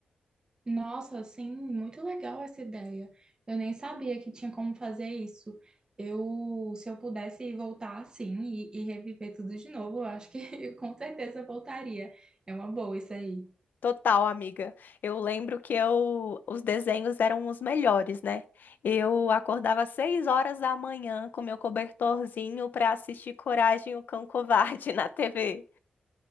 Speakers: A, on the right (about 25°); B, on the left (about 80°).
A: Nossa, sim, muito legal essa ideia. Eu nem sabia que tinha como fazer isso. Eu, se eu pudesse voltar assim e, e reviver tudo de novo, eu acho que <laughs> eu com certeza voltaria. É uma boa isso aí.
B: Total, amiga. Eu lembro que eu, os desenhos eram os melhores, né? Eu acordava às seis horas da manhã com meu cobertorzinho para assistir Coragem, o Cão Covarde na TV.